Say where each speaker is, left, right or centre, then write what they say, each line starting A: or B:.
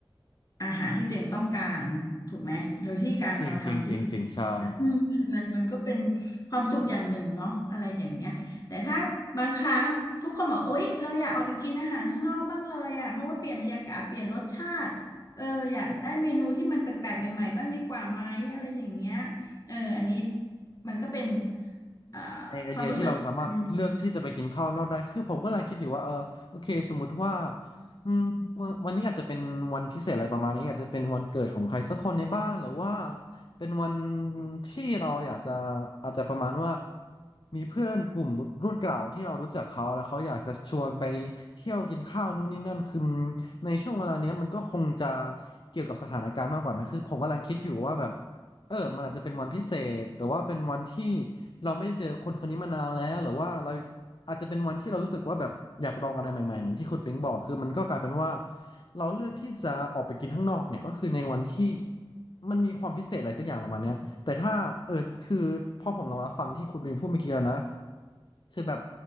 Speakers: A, on the left (about 45°); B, on the left (about 60°).
A: อาหารที่ตัวเองต้องการถูกไหมโดยที่การเราทำที่บ้านนะอืมมันมันมันก็เป็น
B: จริงจริงจริงจริงใช่
A: ความสุขอย่างหนึ่งเนาะอะไรอย่างเงี้ยแต่ถ้าบางครั้งทุกคนบอกอุ๊ยเราอยากออกไปกินอาหารข้างนอกบ้างเลยอ่ะเพราะว่าเปลี่ยนบรรยากาศเปลี่ยนรสชาติเอออยากได้เมนูที่มันแปลกๆใหม่ๆบ้างดีกว่าไหมอะไรอย่างเงี้ยเอออันนี้ มันก็เป็นเอ่อ
B: ในไอเดียที่เราสามารถเลือกที่จะไปกินข้าวนอกได้คือผมก็กำลังคิดอยู่ว่าเออโอเคสมมุติว่า
A: ความรู้สึกอันหนึ่ง
B: อืมวันนี้อาจจะเป็นวันพิเศษอะไรประมาณนี้อาจจะเป็นวันเกิดของใครสักคนในบ้านหรือว่าเป็นวันที่เราอยากจะอาจจะประมาณว่ามีเพื่อนกลุ่มรุ่นเก่าที่เรารู้จักเขาแล้วเขาอยากจะชวนไปเที่ยวกินข้าวนู่นนี่นั่นคือในช่วงเวลาเนี้ยมันก็คงจะเกี่ยวกับสถานการณ์มากกว่าไหมคือผมกำลังคิดอยู่ว่าแบบเออมันอาจจะเป็นวันพิเศษหรือว่าเป็นวันที่ เราไม่ได้เจอคนคนนี้มานานแล้วหรือว่าเราอาจจะเป็นวันที่เรารู้สึกว่าแบบอยากลองอะไรใหม่ๆเหมือนที่คุณปิงบอกคือมันก็กลายเป็นว่าเราเลือกที่จะออกไปกินข้างนอกเนี่ยก็คือในวันที่มันมีความพิเศษอะไรสักอย่างประมาณเนี้ยแต่ถ้าเออคือพอผมลองรับฟังที่คุณปิงพูดเมื่อกี้แล้วนะคือแบบ